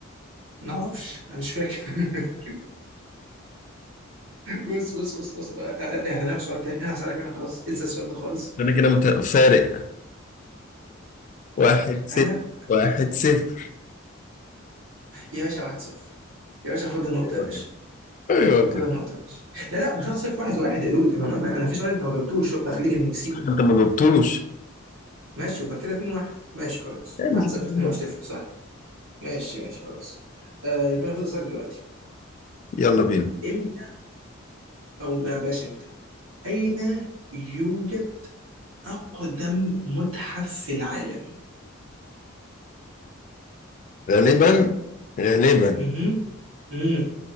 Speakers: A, on the right (about 75°); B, on the left (about 40°).
A: ما اعرفش انا مش فاكر <laughs> بص بص بص بص آه، آه، آه، احنا هنروح سؤال تاني انا هسألك انا خلاص انسى السؤال ده خالص
B: انا كده مت... فارق واحد صفر
A: انا
B: واحد صفر
A: يا باشا 1-0 يا باشا خد النقطة
B: ايوه
A: يا باشا
B: كده ايوه
A: خد
B: كده
A: النقطة يا باشا لا لا مش 1-0 واحد واحد يا دود انا انا أنا في سؤال انت ما جبتوش هو بتاع خليج
B: انا كنت
A: المكسيك
B: بسألك، انت ما جبتوش
A: ماشي يبقى كده 2-1 ماشي خلاص
B: يعني
A: 1-0
B: شكراً لله.
A: 2 1 تفرق صح ماشي ماشي خلاص آه يبقى انا فاضل اسألك دلوقتي
B: يلا بينا
A: امتى او ما بلاش امتى اين يوجد اقدم متحف في العالم؟
B: غالبا غالبا
A: اها امم